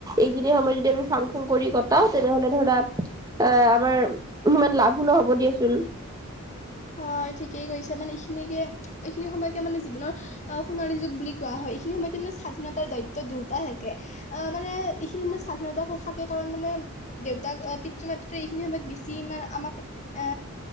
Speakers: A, on the right (about 15°); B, on the left (about 30°).
A: এইখিনি সময় যদি আমি ফাং ফুং কৰি কটাও তেনেহ'লে ধৰা অ আমাৰ ইমান লাভো নহ'ব দিয়াচোন
B: হয় ঠিকেই কৈছে মানে এইখিনিকে এইখিনি সময়কে মানে জীৱনৰ অহ সোণালী যুগ বুলি কোৱা হয় এইখিনি সময়তে ন স্বাধীনতাৰ দায়িত্ব দুটা থাকে অহ মানে এইখিনি সময়ত স্বাধীনতা থাকে কাৰণ মানে দেউতাক এ পিতৃ মাতৃ এইখিনি সময়ত বেছি ইমান আমাক এ